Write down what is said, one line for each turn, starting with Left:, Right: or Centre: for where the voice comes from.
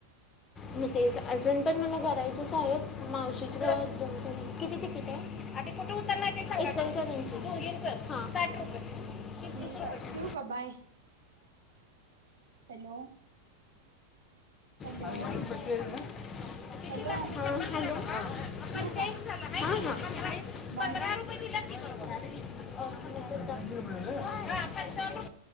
Left: मग तेच, अजून पण मला करायचेच आहे. मावशीचं किती? तिकिटय,, आधी कुठं उतरनार ते इचलकरंजी,, दूगींचं,, हां,, साठ रुपय. तीस
Right: ठीक
Left: तीस रुपय
Right: आहे ठेवू का बाय हॅलो! हॅलो
Left: <unintelligible> हां
Right: हॅलो
Left: हॅलो!
Right: ठेवू का
Left: हां
Right: बाय
Left: हां <unintelligible> <unintelligible>